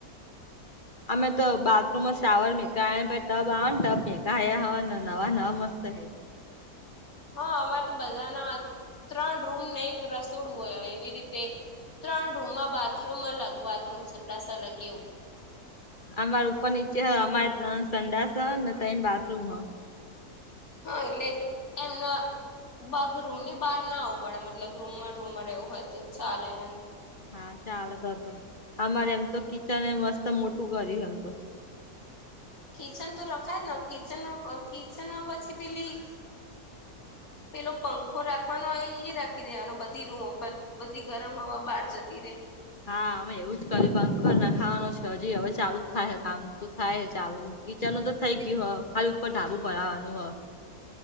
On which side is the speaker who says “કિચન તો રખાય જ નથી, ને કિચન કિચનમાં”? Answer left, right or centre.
Left